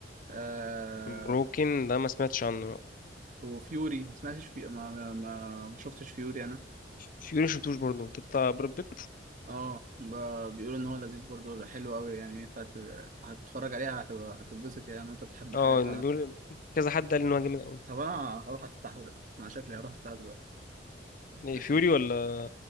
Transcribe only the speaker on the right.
آه
وفيوري ما سمعتش في ما ما ما ما شفتش فيوري انا
اه ب- بيقولوا ان هو لذيذ برضه حلو قوي يعني ينفع ت- هتتفرج عليها هتبقى هتتبسط يعني انت بتحب
حاجات بتاع-
طب انا هروح افتحه ده انا شكلي هروح افتحه دلوقتي
اسمه